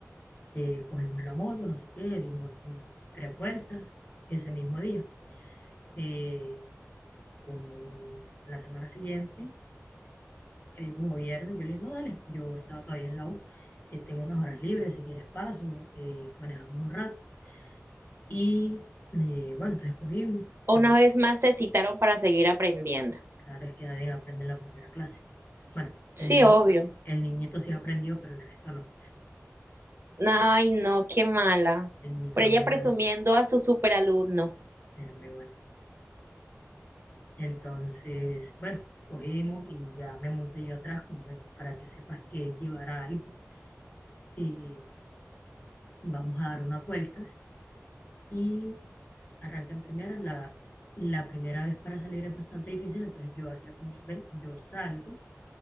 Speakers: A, on the left; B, on the right.
A: Eh, cogimos la moto, no sé qué, dimos mm, tres vueltas ese mismo día. Eh, como la semana siguiente, que digo, como viernes, yo le dije, no, dale, yo estaba todavía en la U, eh, tengo unas horas libres, si quieres paso, eh, manejamos un rato. Y eh, bueno, entonces cogimos.
B: Una
A: El-
B: vez más se citaron para seguir aprendiendo.
A: claro es que nadie aprende en la primera clase. Bueno,
B: Sí,
A: el, niñ-
B: obvio.
A: el niñito sí aprendió, pero el resto no.
B: Ay, no, qué mala.
A: El niñito
B: Por
A: era
B: ella
A: muy
B: presumiendo
A: bueno,
B: a su superalumno.
A: era muy bueno. Entonces, bueno, cogimos y ya me monté yo atrás, como ves, para que sepas que llevará algo. Y vamos a dar unas vueltas. Y arranca en primera. La, la primera vez para salir es bastante difícil, entonces yo hacía como, ve, yo salgo